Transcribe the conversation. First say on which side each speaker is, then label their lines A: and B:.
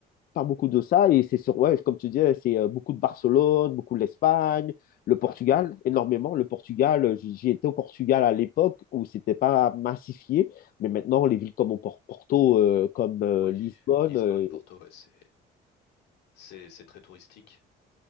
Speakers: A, on the left; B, on the left.
A: pas beaucoup de ça. Et c'est sur, ouais, comme tu disais, c'est euh, beaucoup de Barcelone, beaucoup de l'Espagne, le Portugal,
B: ouais,
A: énormément. Le Portugal, euh, j'y j'y étais au Portugal à l'époque où c'était pas massifié, mais maintenant, les villes comme au Por- Porto, euh, comme euh,
B: ouais.
A: Lisbonne,
B: Lisbonne,
A: euh,
B: Porto, ouais, c'est c'est c'est très touristique.